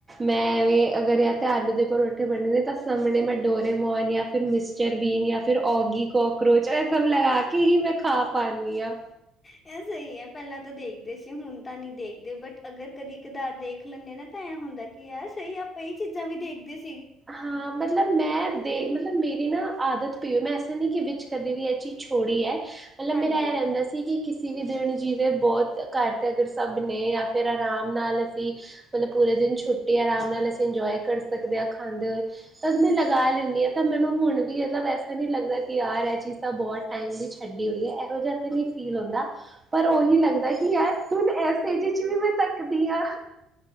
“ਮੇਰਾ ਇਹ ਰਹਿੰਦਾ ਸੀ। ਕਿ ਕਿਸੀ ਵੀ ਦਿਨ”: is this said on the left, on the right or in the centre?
Right